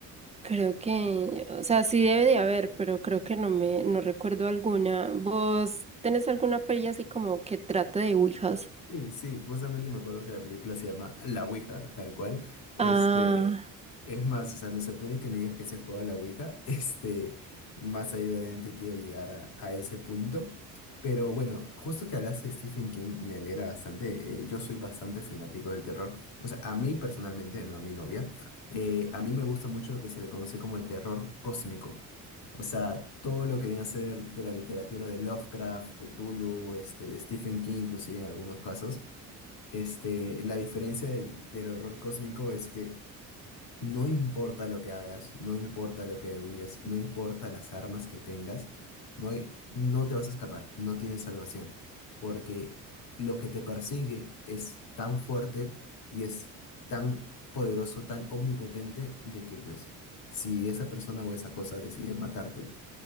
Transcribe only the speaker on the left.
Sí, sí, justamente me acuerdo que la película se llama La Ouija, tal cual. Este,
es más, o sea, me sorprende que me digas que se ha jugado a la Ouija. <laughs> Este, más ahí adelante quiero llegar a, a ese punto. Pero bueno, justo que hablaste de Stephen King, me alegra bastante. eh, yo soy bastante fanático del terror. O sea, a mí personalmente, no a mi novia, eh, a mí me gusta mucho lo que se le conoce como el terror cósmico. O sea, todo lo que viene a ser de la literatura de Lovecraft, Cthulhu, este, de Stephen King, inclusive en algunos casos, este, la diferencia del, del horror cósmico es que no importa lo que hagas, no importa lo que huyas, no importa las armas que tengas, no hay- no te vas a escapar, no tienes salvación, porque lo que te persigue es tan fuerte y es tan poderoso, tan omnipotente, de que pues si esa persona o esa cosa decide matarte,